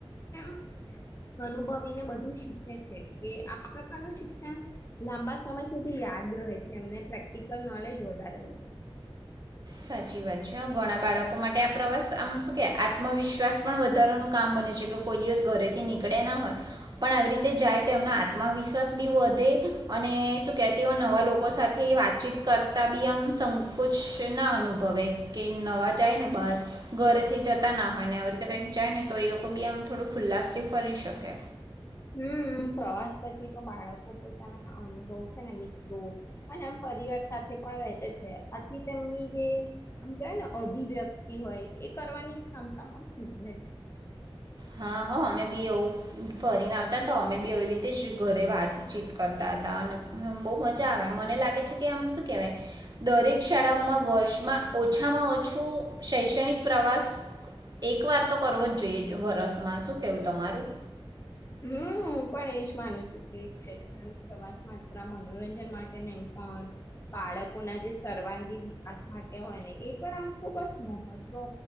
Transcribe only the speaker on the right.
સાચી વાત છે ઘણા બાળકો માટે આ પ્રવાસ આમ શું કે આત્મવિશ્વાસ પણ વધારાનું કામ કરે છે કોઈ દિવસ ઘરેથી નીકળે ના હોય પણ આવી રીતે જાય તો એમનો આત્મવિશ્વાસ બી વધે અને શું કેતીઓ નવા લોકો સાથે વાતચીત કરતા બી આમ સંકુચ ના અનુભવે કે નવા જાય ને બાર ઘરે થી જતા ના હોય ને રીતે ક જાય ને તો તો એ લોકો બી આમ થોડો ખુલ્લાસ થી ફરી શકે
હા હ અમે બી એવું ફરીને આવતા ને તો અમે બી એવી રીતે જ <inaudible> ઘરે વાતચીત કરતા હતા અને બહુ મજા આવે મને લાગે છે કે આમ શું કેહેવાય દર દરેક શાળાઓમાં વર્ષમાં ઓછામાં ઓછું શૈક્ષણિક પ્રવાસ એક વાર તો કરવો જ જોઈએ વરસમાં શું કેવું તમારું?